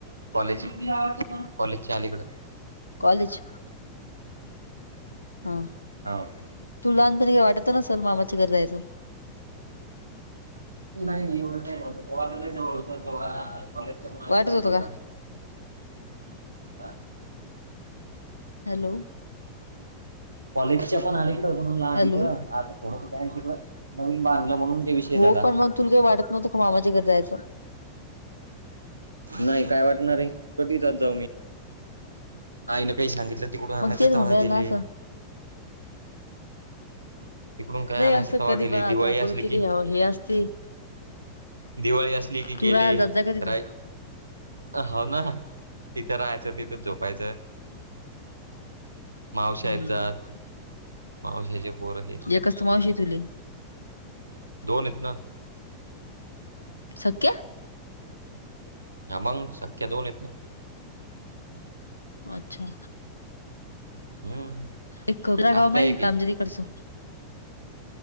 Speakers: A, on the right (about 80°); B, on the left (about 80°).
A: कॉलेज-कॉलेजच्या अली कडं.
B: कॉलेज हं.
A: हाव.
B: तु लहानपनी काय वाटत नसल, मामाच्या घरी रायचं.
A: नाही- नही एवढं काही प्रॉब्लम वार लई जोरात होतं, काळत ते कॉलेजच्या पण ऐकलं
B: वाटत
A: होतं जरा.
B: का
A: आ?
B: हॅलो?
A: कॉलेजच्या पण आलीकड होऊन ला
B: हॅलो
A: तिथं, आता थोडस <unintelligible> तिकड. नवीन बांधलं म्हणून, ते विषय
B: हो
A: झाला.
B: पण मग तुला काही वाटत नव्हंत का? मामाच्या घरी जायचं.
A: नाही काय वाटणार ये, कधीे जात जाऊ मी? आईन काही सांगितलं, तिकडून आणायचं,
B: मग तेच
A: तेव्हा
B: म्हणून राहिला
A: गेले.
B: ना असं
A: तिकडून काय
B: नाही
A: आणायचे
B: असं
A: तवा
B: कधी
A: गेले
B: पण आता
A: दिवाळी
B: आपण,
A: असली
B: किती
A: की
B: ह्याव हे असते.
A: दिवाळी असली की
B: तू
A: गेले
B: राहायला जात जा का तिथं
A: राय हो ना, तिथं राहायचं तिथंच झोपायचंय. मावश्या
B: हम्म
A: येतजात मावश्याचे पोरं हे ते
B: एकच मावशी तुले
A: दोन हेत ना.
B: सके
A: हा मंग सख्या दोन आहेत ना.
B: अच्छा
A: हम्म
B: एकवला
A: आत्या
B: गाव माहीत
A: एक आहे
B: का आमच्या तिकडचं